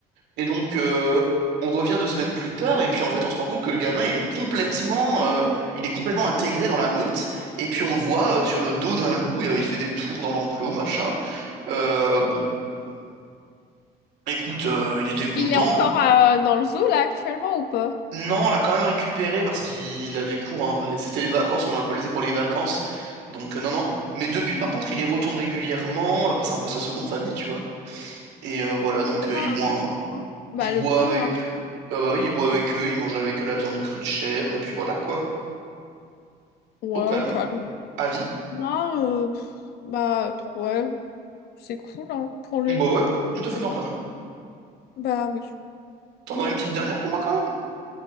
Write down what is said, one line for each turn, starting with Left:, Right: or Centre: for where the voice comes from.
Right: Et donc, euh, on revient deux semaines plus tard, et puis en fait, on se rend compte que le gamin, il est complètement, euh, il est complètement intégré dans la meute, et puis on le voit euh, sur le dos d'un loup, et, euh, il fait des tours dans l'enclos, machin. Euh, bon, écoute, euh, il était content,
Left: Il est encore euh, dans le zoo, là, actuellement, ou pas?
Right: Non, on l'a quand même récupéré parce qu'il avait cours. hein. Enfin, c'était les vacances, on l'a un peu laissé pour les vacances. Donc euh, non, non. Mais depuis, par contre, il y retourne régulièrement. euh, parce que c'est un peu sa seconde famille, tu vois. Et euh, voilà, donc euh,
Left: Ah,
Right: il boit,
Left: ouais, je comprends.
Right: un-
Left: Bah,
Right: il
Left: le
Right: boit
Left: pauvre,
Right: avec,
Left: hein.
Right: euh, ah bah oui, il boit avec eux, il mange avec eux la viande crue de chèvre et puis voilà quoi.
Left: Ouais,
Right: Au calme,
Left: au calme.
Right: à vie.
Left: Non, euh, pff, bah, pff, ouais, c'est cool, hein, pour lui.
Right: Bah ouais, tout à fait normal.
Left: Bah, oui.
Right: T'en aurais une petite dernière pour moi quand même?